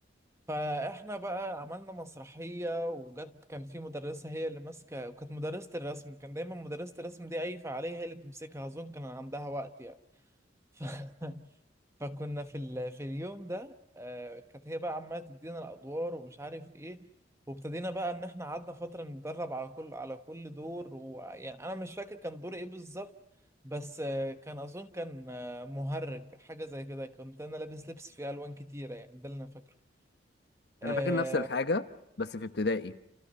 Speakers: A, on the right; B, on the left.
A: فإحنا بقى عملنا مسرحية وجت كان في مدرسة هي اللي ماسكة وكانت مدرسة الرسم كان دايما مدرسة الرسم دي أي فعالية هي اللي بتمسكها أظن كان عندها وقت يعني ف... <laughs> فكنا في ال... في اليوم ده آه، كانت هي بقى عماله تدينا الادوار ومش عارف ايه وابتدينا بقى ان احنا قعدنا فتره نتدرب على كل على كل دور ويعني انا مش فاكر كان دور ايه بالظبط بس آه، كان اظن كان آه، مهرج حاجه زي كده كنت انا لابس لبس فيه الوان كتيره يعني ده اللي انا فاكره آه...
B: انا فاكر نفس الحاجه بس في ابتدائي